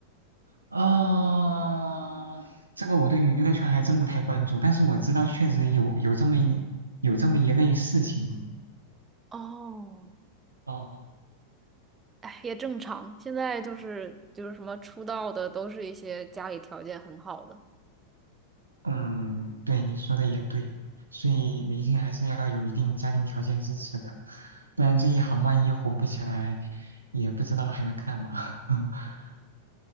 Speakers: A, on the right; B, on the right.
A: 啊，这个我对娱乐圈还真不太关注，但是我知道确实有有这么一有这么一类事情。
B: 哦，
A: 哦，
B: 哎，也正常。现在就是就是什么出道的，都是一些家里条件很好的。
A: 嗯，对，你说的也对，所以明星还是要有一定家庭条件支持的，不然这一行万一火不起来，也不知道还能干嘛。<laughs>